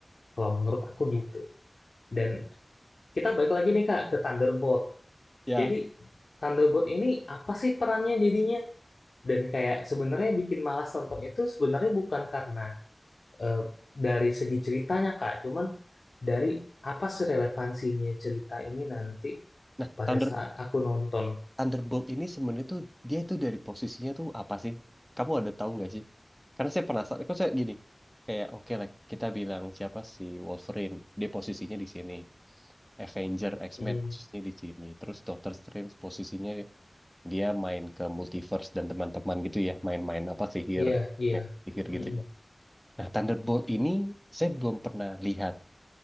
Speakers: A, on the left; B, in the centre.
A: kalau menurut aku gitu. Dan kita balik lagi nih Kak ke Thunderbolt.
B: Ya.
A: Jadi Thunderbolt ini apa sih perannya jadinya? Dan kayak sebenarnya bikin malas nonton itu sebenarnya bukan karena eh, dari segi ceritanya Kak, cuman dari apa sih relevansinya cerita ini nanti
B: Nah,
A: pada
B: Thunder,
A: saat aku nonton.
B: Thunderbolt ini sebenarnya tuh dia tuh dari posisinya tuh apa sih? Kamu ada tahu nggak sih? Karena saya penasaran. Kok saya gini, kayak oke lah kita bilang siapa sih Wolverine? Dia posisinya di sini. Avenger, X-Men
A: Mm,
B: posisinya di sini. Terus Doctor Strange posisinya dia main ke multiverse dan teman-teman gitu ya main-main apa sihir
A: iya, iya.
B: ya, sihir
A: Mm,
B: gitu ya nah Thunderbolt ini saya belum pernah lihat